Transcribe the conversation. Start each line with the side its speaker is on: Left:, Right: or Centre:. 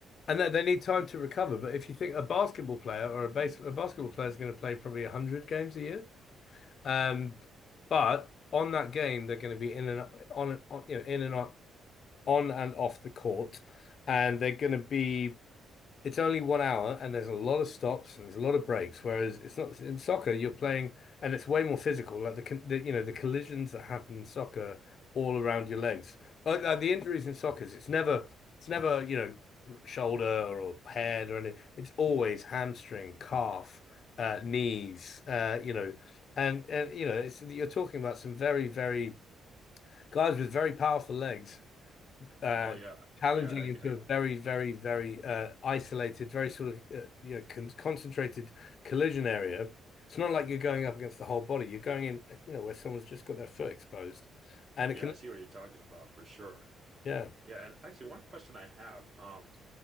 Left: And
Right: Yeah.
Left: they, they need time to recover. But if you think a basketball player or a base a basketball player is going to play probably 100 games a year, um, but on that game they're going to be in and on, on you know in and on on and off the court, and they're going to be it's only one hour and there's a lot of stops and there's a lot of breaks. Whereas it's not in soccer, you're playing and it's way more physical. Like the, con- the you know the collisions that happen in soccer all around your legs. Like, like the injuries in soccer, it's never it's never you know shoulder or head or anything. It's always hamstring, calf, uh, knees. Uh, you know, and and you know it's, you're talking about some very very guys with very powerful legs uh,
Right: Oh yeah,
Left: challenging
Right: yeah,
Left: into
Right: I,
Left: a very, very,
Right: I,
Left: very uh, isolated, very sort of uh, you know con concentrated collision area. It's not like you're going up against the whole body. You're going in, you know, where someone's just got their foot exposed, and
Right: yeah,
Left: it can,
Right: I see what you're talking about for sure.
Left: yeah,
Right: Yeah, and actually, one question I have, um,